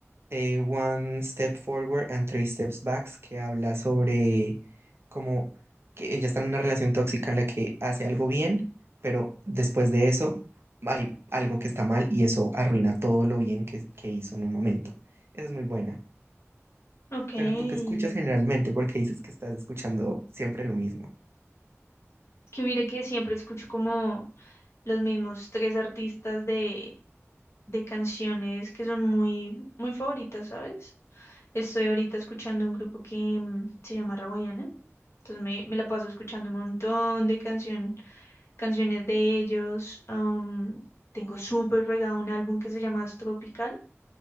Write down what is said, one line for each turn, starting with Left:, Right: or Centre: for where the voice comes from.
Right: eh, One Step Forward and Three Steps Back, que habla sobre como que ella está en una relación tóxica en la que hace algo bien, pero después de eso hay algo que está mal y eso arruina todo lo bien que, que hizo en un momento. Esa es muy buena.
Left: Ok. Es
Right: Pero tú qué escuchas generalmente, porque dices que estás escuchando siempre lo mismo.
Left: que mire que siempre escucho como los mismos tres artistas de, de canciones que son muy, muy favoritas, ¿sabes? Estoy ahorita escuchando un grupo que mm, se llama Rawayana. Entonces me, me la paso escuchando un montón de canciones canciones de ellos. am, tengo súper pegado un álbum que se llama Astropical.